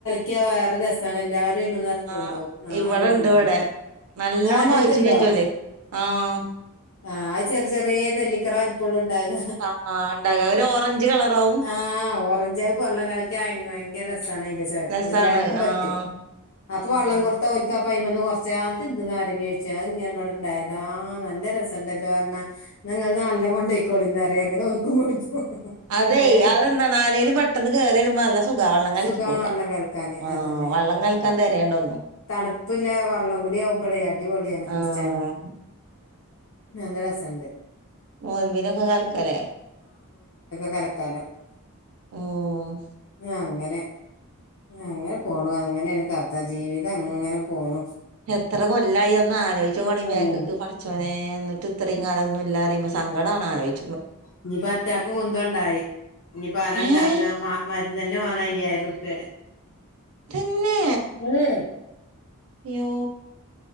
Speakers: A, on the left (about 65°); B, on the right (about 75°).
A: ക്യാ വേറെ രസാണ് എല്ലാരും അയ്മന്ന് എട്ത്തുണ്ടോ
B: ആഹ്
A: നാല്
B: ഇവിടെണ്ട്
A: <unintelligible>
B: ഇവിടെ നല്ലോണം
A: ആഹ് അന്റത്ത്
B: കായ്ച്ചും
A: ണ്ടോ
B: ചെജ്ജോല് ആഹ്
A: ആ ചെറിയ ചെറിയ നെല്ലിക്കട വൽപ്പള്ളൂ ണ്ടാക
B: ആഹ് ആഹ് ഇണ്ടാക ഒരു ഓറഞ്ച് കളറാവും
A: ആഹ് ഒരഞ്ചു വെള്ള കലക്കിയ ഭയങ്കര രസാണ് അയ്ന്റെ ചോയ്പ്പ്
B: രസാണ്
A: എല്ലാർക്കും പറ്റും
B: ആഹ്
A: അപ്പൊ
B: ഉം
A: വെള്ളം കൊടുത്ത ഓല്ക് പ അയ്മന്ന് കുറച്ച ആഹ് എന്ത് നാരങ്ങ യോഴ്ച അത് ഇങ്ങനെ ണ്ടായതാ നല്ല രസംണ്ടല്ല പറഞ്ഞാ ങ്ങൾ നലണം കൊണ്ട് കോളി റിയും അങ്ങനെ ഓല്കും കൊടുക്കും
B: അതെ
A: ഒരു
B: അതെന്താ നാരേലും പെട്ടെന്ന് കേറി വന്നാ നല്ല സുഖ വെള്ളം കലക്കി
A: സുഖാണ്
B: കൊടുക്കാം
A: വെള്ളം കലക്കാന്
B: ആഹ്
A: അതന്നെ
B: വള്ളം കല്ക്കാൻ തരേണ്ട ഒന്നു
A: തണുപ്പില്ല വള്ളം കൂടിയ അഉ മ്പളെ അടിപൊളിയാണെ കുടിച്ചാന്
B: ആഹ്
A: നല്ല രസണ്ട്
B: നോൽബിനോകെ കൽക്കാ ല്ലേ
A: കല്ക്കാലൊ
B: ഉം
A: ആഹ് അങ്ങനെ അങ്ങനെ പോണു അങ്ങനെയാണ് കഥ ജീവിതം അങ്ങനെ പോണു
B: എത്ര കൊല്ലായിന്ന് ആലോചിച്ചോണ ഈ ബേക്കക്ക്
A: ഉം
B: പടച്ചോനെ എന്നിട്ട് ഇത്രയും കാലം ഒന്നും ഇല്ല അറിയുമ്പോ സങ്കട ആലോചിച്ച
A: ഇനി അറ്റാക്ക് മുന്ത ഉണ്ടായി ഇനി പ ആരാ ഇണ്ടാവാ
B: ഏഹ്
A: മ മര് അത് തന്നെ വേണം അയ്യായിരം ർപിയെടെ
B: തന്നെ
A: ഉമ്
B: യ്യോ..